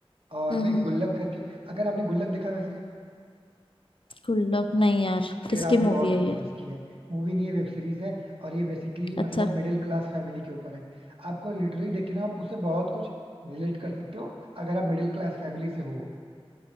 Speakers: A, on the right (about 65°); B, on the left (about 60°).
A: और
B: हम्म
A: वे
B: हम्म
A: गुल्लक करके अगर आपने गुल्लक देखा वैसे
B: Good luck नहीं यार
A: फिर
B: किसकी
A: आपने
B: मूवी
A: बहुत
B: है
A: कुछ
B: ये
A: मिस किया है मूवी नहीं है वेब सीरीज है और ये बेसिकली
B: अच्छा
A: मतलब मिडिल क्लास फैमिली के ऊपर है आपको लिटरली देखिए ना आप उससे बहुत कुछ रिलेट कर सकते हो अगर आप मिडिल क्लास फैमिली से हो